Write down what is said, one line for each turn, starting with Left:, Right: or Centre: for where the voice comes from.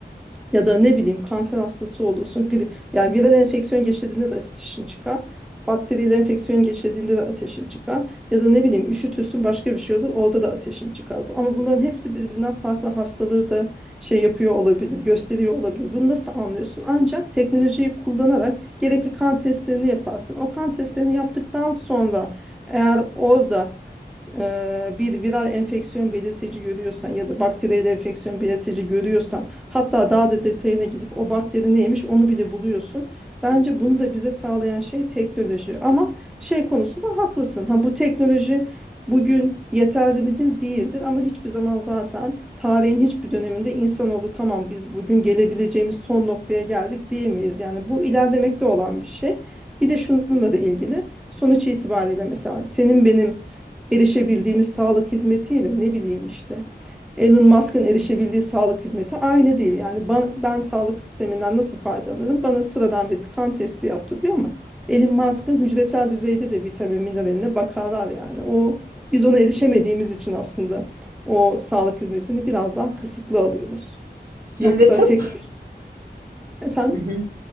Centre: Ya da ne bileyim kanser hastası olursun. Gri, yani viral enfeksiyon geçirdiğinde de ateşin çıkar. Bakteriyel enfeksiyon geçirdiğinde de ateşin çıkar. Ya da ne bileyim üşütürsün başka bir şey olur orada da ateşin çıkar. Bu- Ama bunların hepsi birbirinden farklı hastalığı da şey yapıyor olabilir, gösteriyor olabilir. Bunu nasıl anlıyorsun? Ancak teknolojiyi kullanarak gerekli kan testlerini yaparsın. O kan testlerini yaptıktan sonra eğer orada e, bir viral enfeksiyon belirtici görüyorsan ya da bakteriyel enfeksiyon belirtici görüyorsan hatta daha da detayına gidip o bakteri neymiş onu bile buluyorsun. Bence bunu da bize sağlayan şey teknoloji ama şey konusunda haklısın. Ha bu teknoloji bugün yeterli midir? Değildir ama hiçbir zaman zaten tarihin hiçbir döneminde insanoğlu tamam biz bugün gelebileceğimiz son noktaya geldik diyemeyiz. Yani bu ilerlemekte olan bir şey. Bir de şununla da ilgili sonuç itibariyle mesela senin benim erişebildiğimiz sağlık hizmetiyle ne bileyim işte Elon Musk'ın erişebildiği sağlık hizmeti aynı değil. Yani ben, ben sağlık sisteminden nasıl faydalanırım? Bana sıradan bir kan testi yaptırıyor ama Elon Musk'ın hücresel düzeyde de vitamin mineraline bakarlar yani. O biz ona erişemediğimiz için aslında o sağlık hizmetini biraz daha kısıtlı alıyoruz.
Right: Şimdi
Centre: Yoksa
Right: tıp.
Centre: teknoloji efendim.
Right: Hı hı.